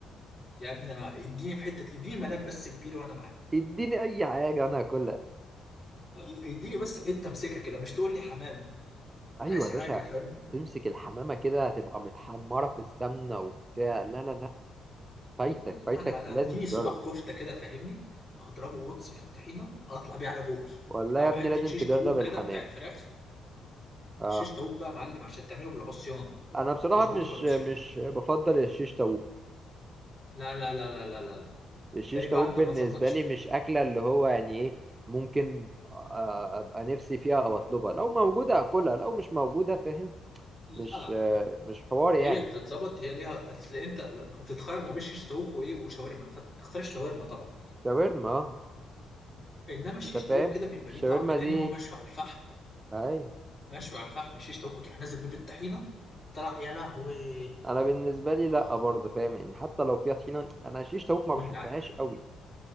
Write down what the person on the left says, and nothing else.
يا ابني انا اديني في حته اديني مناب بس كبير وانا معاك
لا، اديني بس حته امسكها كده مش تقول لي حمام
انا عايز
حاجه
فاهم
لا لا
لا انا انا
اديني
صباع كفته كده فاهمني اضربه غطس في الطحينه اطلع بيه على بوقي
او
حته
شيش
طاووق
كده بتاعت فراخ
شيش طاووق بقى يا معلم عشان تعمله بالعصيان
تظبطه
بالعصيان
لا لا لا لا لا لا لا
تلاقي بقى
انت
ما تظبطش
لا
هي بتتظبط هي ليها اصل انت بتتخير ما بين شيش طاووق وايه وشاورما فانت بتختار الشاورما طبعا
انما الشيش
طاووق كده بيبقى
ليه طعم تاني
وهو مشوي على الفحم
مشوي على الفحم الشيش طاووق وتروح نازل بيه بالطحينه طلع يا لهوي
اه
وانت
عارف